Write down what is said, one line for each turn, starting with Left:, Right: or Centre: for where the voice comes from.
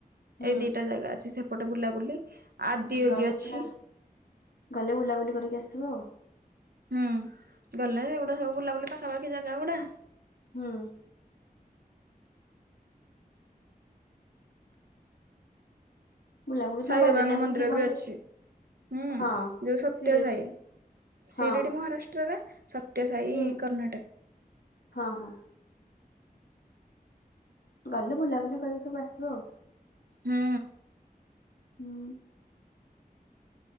Left: ହୁଁ
Right: ଏଇ ଦିଟା ଜାଗା ଅଛି ସେପଟେ ବୁଲାବୁଲି ଆଦିୟୋଗୀ
Left: ଗଲେ
Right: ଅଛି
Left: ପିଲା ଗଲେ ବୁଲାବୁଲି କରିକି ଆସିବ ଆଉ।
Right: ହୁଁ ଗଲେ ଏଗୁଡ଼ା ସବୁ ବୁଲାବୁଲି ପାଖାପାଖି ଜାଗା ଗୁଡ଼ା
Left: ହୁଁ। ବୁଲାବୁଲି
Right: ସାଇ
Left: ତମ ବାର୍ଥଡେ
Right: ବାବାଙ୍କ
Left: ଟାଇମକୁ
Right: ମନ୍ଦିର
Left: ଯିବ ଭାରି
Right: ବି ଅଛି ହୁଁ
Left: ହଁ
Right: ଯୋଉ ସତ୍ୟ
Left: ଶିରିଡି
Right: ସାଇ ସିରିଡ଼ି
Left: ହଁ
Right: ମହାରାଷ୍ଟ୍ରରେ ସତ୍ୟସାଇ
Left: ହୁଁ
Right: କର୍ଣାଟକ।
Left: ହଁ ହଁ ଗଲେ ବୁଲାବୁଲି କରିକି ସବୁ ଆସିବ ଆଉ।
Right: ହୁଁ।
Left: ହୁଁ,